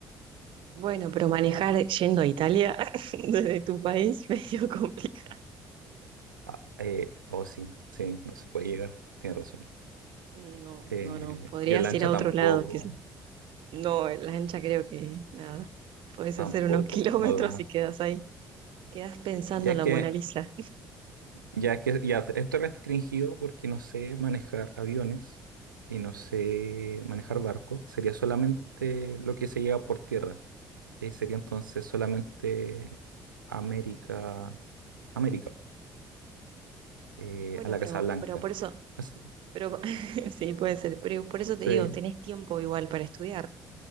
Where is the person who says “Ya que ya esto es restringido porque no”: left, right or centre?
Right